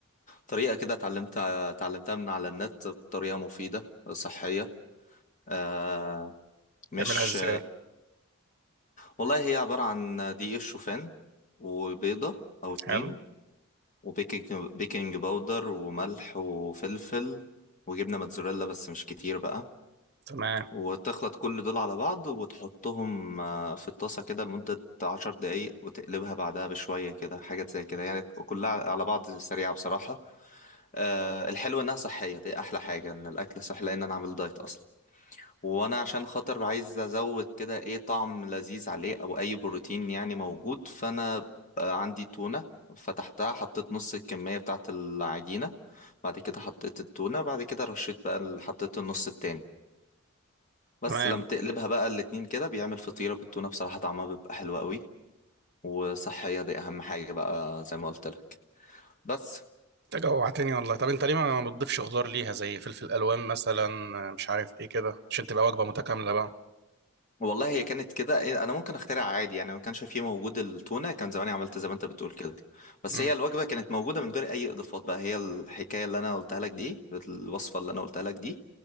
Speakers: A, on the left (about 35°); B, on the right (about 45°).
A: طريقة كده اتعلمت اتعلمتها من على النت بطريقة مفيدة صحية آه، مش
B: تعملها ازاي؟
A: والله هي عبارة عن دقيق الشوفان وبيضة او اتنين
B: حلو
A: وبيكنج بيكنج باودر وملح وفلفل وجبنة موتزاريلا بس مش كتير بقى
B: تمام
A: وتخلط كل دول على بعض وتحطهم آه، في الطاسة كده لمدة عشر دقايق وتقلبها بعدها بشوية كده حاجات زي كده يعني كلها على بعض سريعة بصراحة آه، الحلو إنها صحية دي أحلى حاجة إن الأكل صحي لأن أنا عامل دايت أصلا وأنا عشان خاطر عايز أزود كده إيه طعم لذيذ عليه أو أي بروتين يعني موجود فأنا آه، عندي تونة فتحتها حطيت نص الكمية بتاعت العجينة بعد كده حطيت التونة بعد كده رشيت بقى ال- حطيت النص التاني بس
B: تمام
A: لما تقلبها بقى الاتنين كده بيعمل فطيرة بالتونة بصراحة طعمها بيبقى حلو قوي وصحية دي أهم حاجة بقى زي ما قلت لك بس
B: انت جوعتني والله طب انت ليه ما ما بتضيفش خضار ليها زي فلفل الوان مثلا مش عارف ايه كده عشان تبقى وجبة متكاملة بقى.
A: والله هي كانت كده إيه، انا ممكن اخترع عادي يعني ما كانش فيه موجود التونه كان زماني عملت زي ما انت بتقول كده بس
B: امم
A: هي الوجبه كانت موجوده من غير اي اضافات بقى هي الحكايه اللي انا قلتها لك دي الوصفه اللي انا قلتها لك دي